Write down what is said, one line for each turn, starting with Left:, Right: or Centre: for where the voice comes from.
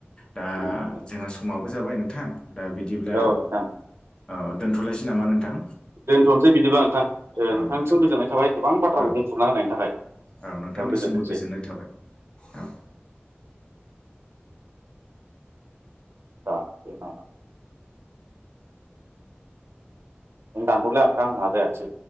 Left: दा
Right: नोंथां
Left: जोंहा समाबो जाबाय नोंथां दा बिदिब्ला
Right: औ नोंथां
Left: औ दोनथ'लायसै नामा नोंथां
Right: दोनथ'नोसै बिदिब्ला नोंथां
Left: औ
Right: नोंथांनिसिम
Left: नोंथां दे
Right: गोजोननाय थाबाय गोबां बाथ्राखौ
Left: औ
Right: बुंफुरना होनायनि थाखाय
Left: औ नोंथांनिसिमबो
Right: गोजोनथोंसै
Left: गोजोननाय थाबाय औ
Right: <unintelligible> दानहरलाय नोंथां आंना जायासै